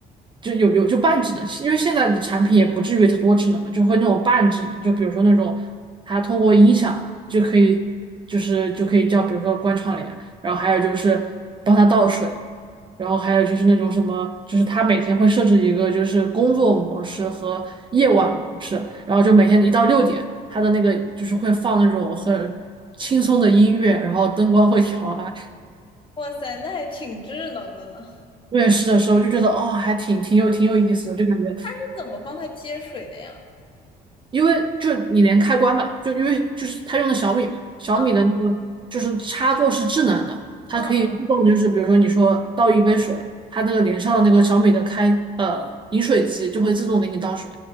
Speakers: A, on the right (about 30°); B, on the left (about 30°).
A: 就有有就半智能，因为现在的产品也不至于多智能嘛，就会那种半智能，就比如说那种他通过音响嘛就可以就是就可以叫比如说关窗帘，然后还有就是帮他倒水，然后还有就是那种什么，就是他每天会设置一个就是工作模式和夜晚模式，然后就每天一到六点，他的那个就是会放那种很轻松的音乐，然后灯光会调啊。
B: 哇塞，那还挺智能的呢。
A: 面试的时候就觉得哦，还挺挺有挺有意思的，就感觉
B: 是怎么帮他接水的呀？
A: 因为就你连开关嘛，就因为就是他用的小米嘛，小米的那个就是插座是智能的，
B: 嗯嗯。
A: 它可以自动就是比如说你说倒一杯水，
B: 哦
A: 它那个连上的那个小米的开呃饮水机就会自动给你倒水。